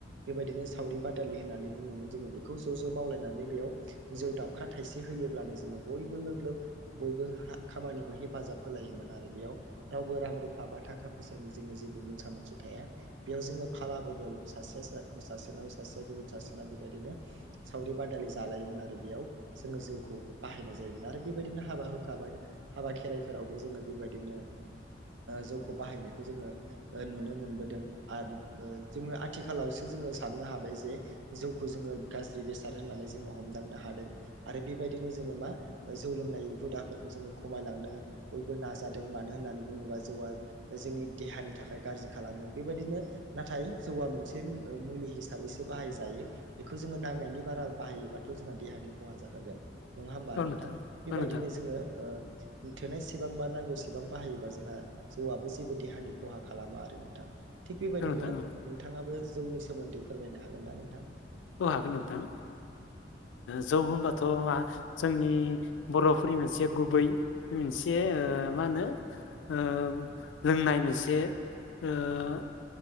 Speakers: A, on the right (about 80°); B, on the left (about 85°).
A: बेबायदिनो सावरि बादालि होननानै बुङोमोन जोङो बेखौ ज' ज' मावलायनानै बेयाव जौ दाबखा थाइसे होयोब्लानो जोङो बयबो लोब लोब । बयबो खामानिखौ हेफाजाब होलायोमोन आरो बेयाव रावबो रां रुफा बा थाखा फैसानि जोङो । जेबो मोनसा मोनसि थाया बेयाव जोङो फाला बदल सासे सासेनाव सासेया गुबुन सासे। बेबायदिनो सावरि बादालि जालायोमोन आरो बेयाव जोङो जौखौ बाहायनाय जायोमोन आरो बेबायदिनो बिनो हाबा हुखा हाबा खेराइफोरावबो जोङो बेबायदिनो जौखौ बाहायनायखौ जोङो नुनो मोनबोदों आरो जोङो आथिखालावसो जोङो साननो हाबाय जे । जौखौ जोङो गाज्रि बेसाद होननानै जोङो हमदांनो हादों आरो बेबायदिनो जोङो मा जौ लों नाय हुदाफोरखौ जोङो खमायलांनो बयबो नाजादों मानो होननानै बुङोबा जौआ जोंनि देहा देहानि थाखाय गाज्रि खालामो बेबायदिनो नाथाय जौवा मोनसे मुलि हिसाबैसो बाहायजायो। बेखौ जोङो नांनायनि बारा बाहायोबाथ' जोंहा देहानि खहा जाखागोन । नङा होमबा
B: औ
A: नोंथां बेबायदिनो
B: औ नोंथां
A: जोङो । थोनायसेबां बा नांगौसेबां बाहायोबा जोंहा जौआआबो जेबो देहानि खहा खालामा आरो नोंथां। थिग बेबायदिनो
B: औ नोंथां औ
A: नोंथाङाबो जौनि सोमोन्दै फोरमायनो हागोन ना नोंथां ।
B: अ हागोन नोंथां। जौ होनबाथ' जोंनि बर'फोरनि मोनसे गुबै मोनसे बे ओह मा होनो ओह लोंनाय मोनसे ओह।